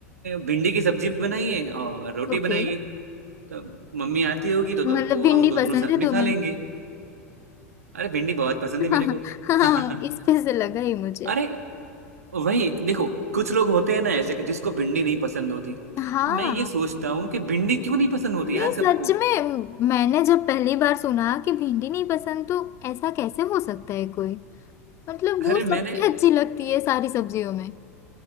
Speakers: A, on the right; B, on the left.
A: भिंडी की सब्जी बनाई है और रोटी
B: ओके
A: बनाई है तो मम्मी आती होगी तो
B: मतलब
A: तो
B: भिंडी
A: हम दोनों
B: पसंद
A: साथ
B: है
A: में
B: तुम्हें
A: खा लेंगे अरे भिंडी बहुत पसंद
B: <laughs>
A: है मेरे को
B: हाँ इस पे
A: <laughs>
B: से लगा ही मुझे
A: अरे वही देखो कुछ लोग होते हैं ना ऐसे कि जिसको भिंडी नहीं पसंद होती
B: हाँ
A: मैं ये सोचता हूँ कि भिंडी क्यों नहीं पसंद होती
B: नहीं
A: यार सबको
B: सच में मैंने जब पहली बार सुना कि भिंडी नहीं पसंद तो ऐसा कैसे हो सकता है कोई मतलब
A: अरे
B: वो
A: मैंने
B: सबसे अच्छी लगती है सारी सब्जियों में